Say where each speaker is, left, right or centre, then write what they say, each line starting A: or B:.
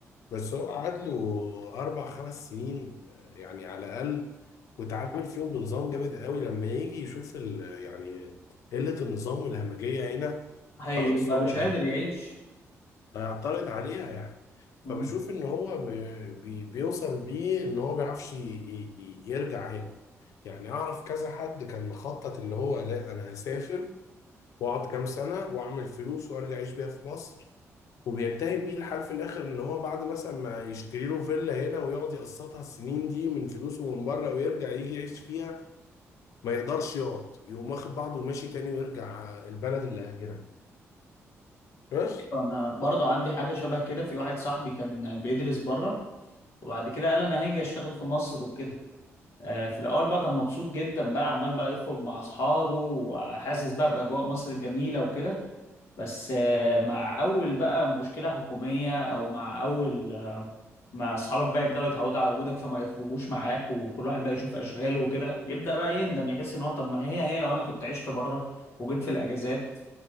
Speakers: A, on the left; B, on the left.
A: بس هو قعد له أربع خمس سنين آه، يعني على الأقل وتعامل فيهم بنظام جامد قوي لما يجي يشوف ال- يعني قلة النظام والهمجية هنا
B: هيبقى
A: خلاص هو
B: مش قادر يعيش
A: هيعترض عليها يعني فبشوف
B: مم.
A: ان هو م- بي- بيوصل بيه ان هو ما بيعرفش ي- ي- يرجع هنا يعني اعرف كذا حد كان مخطط اللي هو لا انا هسافر واقعد كام سنه واعمل فلوس وارجع اعيش بيها في مصر وبينتهي بيه الحال في الاخر ان هو بعد مثلا ما يشتري له فيلا هنا ويقعد يقسطها السنين دي من فلوسه من بره ويرجع يجي يعيش فيها ما يقدرش يقعد يقوم واخد بعضه وماشي تاني ويرجع البلد اللي هاجرها بس
B: انا برضو عندي حاجة شبه كده في واحد صاحبي كان بيدرس بره وبعد كده قال انا هاجي اشتغل في مصر وكده آه، في الاول بقى كان مبسوط جدا بقى عمال بقى يخرج مع اصحابه وحاسس بقى باجواء مصر الجميله وكده بس آه، مع اول بقى مشكله حكوميه او مع اول مع اصحابك بقى يبداوا يتعودوا على وجودك فما يخرجوش معاك وكل واحد بقى يشوف اشغاله وكده يبدا بقى يندم يحس ان هو طب ما هي هي لو انا كنت عشت بره وجيت في الاجازات